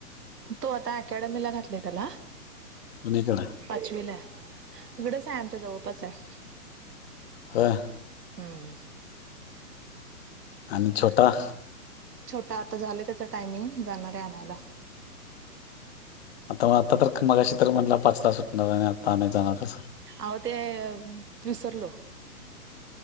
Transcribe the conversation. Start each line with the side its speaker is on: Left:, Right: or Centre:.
Right: तो आता अकॅडमीला घातलय त्याला.
Left: कुणीकडे
Right: पाचवीला आहे, तिकडच आहे, आमच्या जवळपास आहे.
Left: हा.
Right: हं.
Left: आणि छोटा?
Right: छोटा आता झाला त्याचा टायमिंग, जाणार आहे आणायला.
Left: आताव, आता तर मगाशी तर म्हटला पाचला सुटणार आणि आता जाणार कसं?
Right: आव ते, विसरलो.